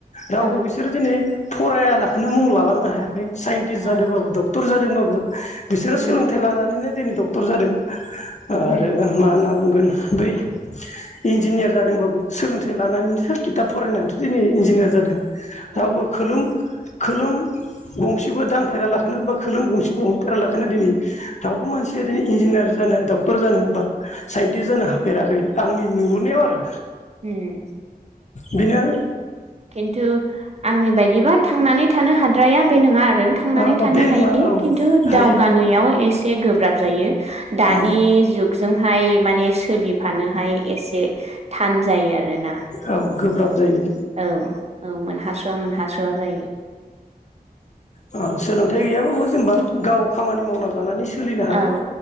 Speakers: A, on the left (about 50°); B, on the right (about 45°).
A: रावबो
B: औ
A: बिसोरो दिनै फरायलाखौनो मुं लालांनो हायाखै। साइन्टिस्ट
B: औ
A: जादोंबाबो डक्टर जादोंबाबो बिसोरो
B: उम
A: सोलोंथाइ लानानैनो दिनै डक्टर जादों आरो
B: उम
A: मा होनना बुंगोन। बेै इन्जिनियार जादोंबाबो सोलोंथाइ लानानैसो खिथाब फरायनानैसो दिनै इन्जिनियार जादों।
B: औ
A: रावबो खोलोम खोलोम गंसेबो दांफेरालाखोनो बा खोलोम गंसेबो हमफेरा लाखोनो दिनै रावबो मानसिया दिनै इन्जिनियार जानो डक्टर जानो बा साइन्टिस्ट जानो हाफेराखै आंनि नुहरनायाव आरो
B: उम
A: बिनो
B: खिन्थु आंनि बायदिबा थांनानै थानो हाद्राया। बे नोङा आरो थांनानै
A: औ औ
B: थानो
A: बे नङा
B: हायोदि
A: औ
B: खिन्थु
A: हायो
B: दावगानायाव एसे एसे गोब्राब जायो दानि
A: औ
B: जुगजोंहाय माने सोलिफानो हाय एसे थान जायो आरोना
A: औ गोब्राब जायो
B: औ औ मोनहास'वा मोनहास'वा जायो
A: ओ सोलोंथाइ गैयाबाबो जेनबा गाव खामानि मावना जानानै सोलिनो
B: औ
A: हागोन